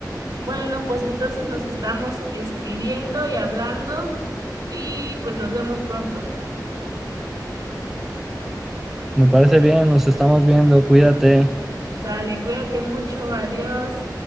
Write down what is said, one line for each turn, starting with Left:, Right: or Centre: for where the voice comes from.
Right: Bueno, pues entonces nos estamos escribiendo y hablando y pues nos vemos pronto.
Centre: Me parece bien, nos estamos viendo, cuídate.
Right: Sale, cuídate mucho, adiós.